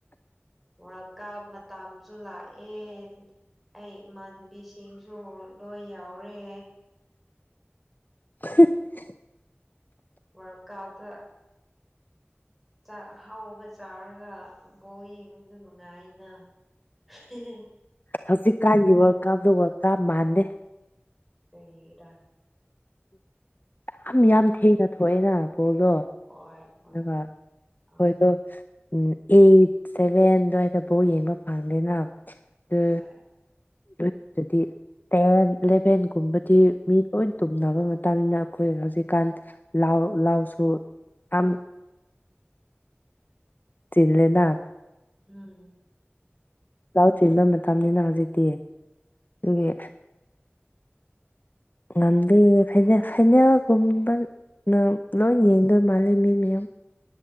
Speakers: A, in the centre; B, on the left.
A: ꯋꯥꯔ ꯀꯥꯞ ꯃꯇꯝꯁꯨ ꯂꯥꯛꯑꯦ ꯑꯩ ꯏꯃꯥꯟꯅꯕꯤꯁꯤꯡꯁꯨ ꯂꯣꯏ ꯌꯥꯎꯔꯦ
B: <unintelligible>
A: ꯋꯜꯀꯥꯎꯗ ꯆꯥꯛ ꯑꯍꯥꯎꯕ ꯆꯥꯔꯒ ꯕꯣꯜ ꯌꯦꯡꯕꯗꯨ ꯅꯨꯡꯉꯥꯏꯅ <unintelligible>
B: ꯍꯧꯖꯤꯛꯀꯥꯟꯒꯤ ꯋꯥꯔꯜ ꯀꯥꯞꯇꯣ ꯋꯥꯔꯜ ꯀꯥꯞ ꯃꯥꯟꯗꯦ
A: ꯀꯔꯤꯒꯤꯔ
B: ꯌꯥꯝ ꯌꯥꯝ ꯊꯦꯡ ꯊꯣꯛꯑꯦꯅ ꯕꯣꯜꯗꯣ
A: ꯍꯣꯏ ꯍꯣꯏ
B: ꯑꯗꯨꯒ ꯑꯈꯣꯏꯗꯣ
A: ꯑꯥ
B: ꯎꯝ ꯑꯩꯠ ꯁꯦꯚꯦꯟ ꯑꯗꯨꯋꯥꯏꯗꯐꯥꯎ ꯌꯦꯡꯕ ꯐꯪꯗꯦꯅ ꯑꯗꯨ
A: ꯍꯣꯏ
B: ꯑꯗꯨꯗꯤ ꯇꯦꯟ ꯏꯂꯦꯚꯦꯟꯒꯨꯝꯕꯗꯤ
A: ꯎꯝ
B: ꯃꯤ ꯂꯣꯏ ꯇꯨꯝꯅꯕ ꯃꯇꯝꯗ ꯑꯩꯈꯣꯏ ꯍꯧꯖꯤꯛꯀꯥꯟ ꯂꯥꯎ ꯂꯥꯎꯁꯨ ꯌꯥꯝ ꯆꯤꯟꯂꯦꯅ
A: ꯑꯝ
B: ꯂꯧ ꯆꯤꯟꯕ ꯃꯇꯝꯅꯤꯅ ꯍꯧꯖꯤꯛꯇꯤ ꯑꯗꯨꯒꯤ
A: ꯍꯣꯏꯅꯦ
B: ꯉꯝꯗꯦ ꯐꯥꯏꯅꯦꯜ ꯐꯥꯏꯅꯦꯜꯒꯨꯝꯕꯅ
A: ꯎꯝ
B: ꯂꯣꯏꯅ ꯌꯦꯡꯗꯣꯏ ꯃꯥꯜꯂꯦ ꯃꯤ ꯃꯌꯥꯝ